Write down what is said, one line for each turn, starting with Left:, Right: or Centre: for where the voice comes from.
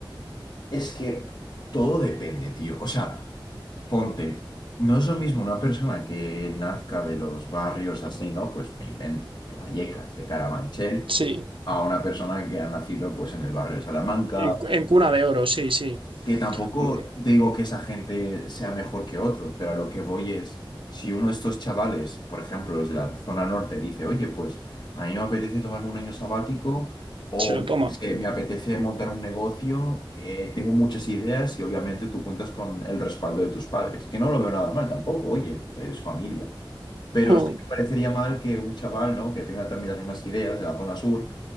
Left: Es que, Todo depende, tío. O sea, ponte, no es lo mismo una persona que nazca de los barrios así, ¿no? Pues me invento, de Vallecas, de Carabanchel,
Right: Sí,
Left: a una persona que ha nacido pues en el barrio de Salamanca
Right: en, en cuna de oro, sí, sí.
Left: que tampoco
Right: Hombre,
Left: digo que esa gente sea mejor que otros, pero a lo que voy es, si uno de estos chavales, por ejemplo, los de la zona norte, dice, oye, pues a mí me apetece tomarme un año sabático o
Right: se lo
Left: yo
Right: toma.
Left: qué sé, me apetece montar un negocio, eh, tengo muchas ideas y obviamente tú cuentas con el respaldo de tus padres, que no lo veo nada mal tampoco, oye, es familia. Pero
Right: Mm.
Left: sí me parecería mal que un chaval, ¿no? que tenga también las mismas ideas de la zona sur,